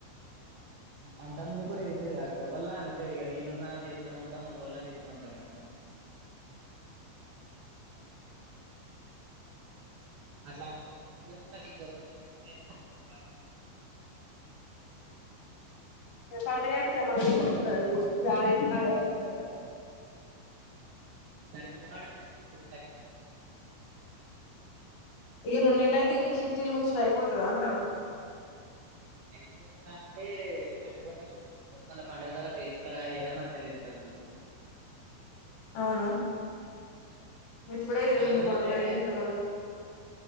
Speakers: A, on the right; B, on the left.
A: అంత ముందు కూడా వేసేది అక్క ఎవళ్ళున్న అంతే ఇగ నేనున్న చెత్తనే ఉంటం ఎవళ్ళున్న చెత్తనే ఉంటాం గా అక్క అట్లా అనుకో ఇంకేం ఉందక్క ఇంకా రెండు నెల్లు అయితే పండుగే గా
B: ఇగ పండుగైతే ఇగ మల్లా ఈ <unintelligible> చిట్టి ఆగేది ఉండదా
A: సరిగ్గా ఇనవడట్లే అక్క ఫోన్ దగ్గర వెట్టుకొని మాట్లాడక్క
B: ఇక రెండు నెల్లు అయితే ఇక షట్టిలు ముచ్చట అయిపోతదా అంటానా
A: అయిపోతుందా అంటే పండుగొన్న రోజులు ఉండదు మళ్ళ పండగ తరవాత ఏత్తర ఏయ్యారా మరి తెలియదు డబ్ బలు
B: అవును ఇప్పుడే ఇన్నిన్నీ
A: కాకపోతే
B: గొడవలు అయి గింతగనం